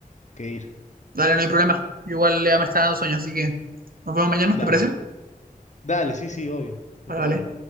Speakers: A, on the left; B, on the right.
A: que ir.
B: Dale, no hay problema. Yo igual ya me está dando sueño, así que nos vemos mañana,
A: Dale.
B: ¿te parece?
A: Dale, sí, sí, obvio, no
B: Vale,
A: hay problema.
B: vale.